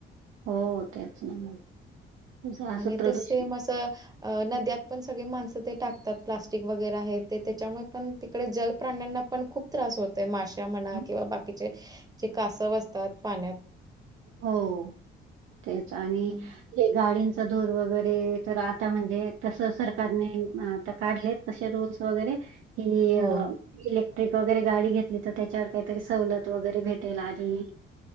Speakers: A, on the right; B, on the right.
A: हो तेच ना. तसं असं
B: आणि
A: प्रदूषण
B: तेच सेम असं अ नद्यात पण सगळे माणसं ते टाकतात प्लास्टिक वगैरे हे ते त्याच्यामुळे पण -- तिकडे जल प्राण्यांना पण खूप त्रास होतोय. मासे म्हणा
A: हं,
B: किंवा बाकीचे जे कासव असतात पाण्यात.
A: हो तेच आणि
B: हं.
A: ते गाडींचा धूर वगैरे तर आता म्हणजे तसं सरकारने आता काढलेत तशे रूल्स वगैरे की
B: हो,
A: इलेक्ट्रिक वगैरे गाडी घेतली तर त्याच्यावर काहीतरी सवलत वगैरे भेटेल आणि